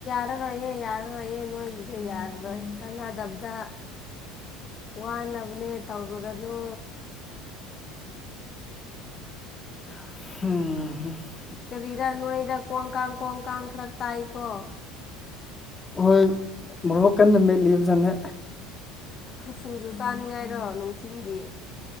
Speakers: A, on the left; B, on the left.
A: ꯔꯔꯣꯏꯌꯦ ꯌꯥꯔꯔꯣꯏꯌꯦ ꯅꯣꯏꯒꯤꯁꯦ ꯌꯥꯔꯔꯣꯏ ꯀꯥꯟꯅꯗꯕꯗ ꯋꯥꯅꯕꯅꯦ ꯇꯧꯔꯨꯔꯅꯨ
B: ꯍꯝ
A: ꯀꯔꯤꯔꯥ ꯅꯣꯏꯗ ꯀꯣꯟ ꯀꯥꯡ ꯀꯣꯡ ꯀꯥꯡ ꯈꯔ ꯇꯥꯏꯀꯣ
B: ꯍꯣꯏ ꯃꯔꯣꯛ ꯀꯟꯅ ꯃꯦꯠꯂꯤꯕꯖꯠꯅꯦ
A: ꯁꯤꯡꯁꯨ ꯆꯥꯅꯤꯡꯉꯥꯏꯔꯣ ꯅꯨꯡꯊꯤꯜꯒꯤ